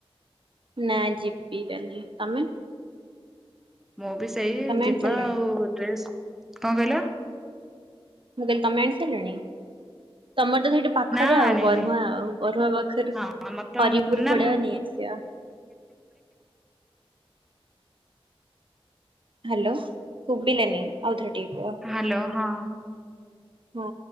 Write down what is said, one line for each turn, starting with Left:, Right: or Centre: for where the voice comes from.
Right: ନା ଯିବି କାଲି ତମେ
Centre: ମୁଁ ବି ସେଇ
Right: ତମେ
Centre: ଯିବା
Right: ଆଣି ସାରିଲାଣି
Centre: ଆଉ ଡ୍ରେସ୍ କଣ କହିଲ
Right: ମୁଁ କହିଲ ତମେ ଆଣି ସାରିଲଣି ତମର ତ ସେଇଠି ପାଖରେ
Centre: ନା
Right: ଆଉ
Centre: ଆଣିନି
Right: ବରୁଆ ଆଉ ବରୁଆ ପାଖରେ
Centre: ହଁ ଆମର ତ
Right: ହରିପୁର
Centre: ନା
Right: ପଳେଇବା ନେଇ ଆସିବା ହ୍ୟାଲୋ ସୁବିଲନି ହଉ ର ଟ କ
Centre: ହ୍ୟାଲୋ ହଁ
Right: ହଁ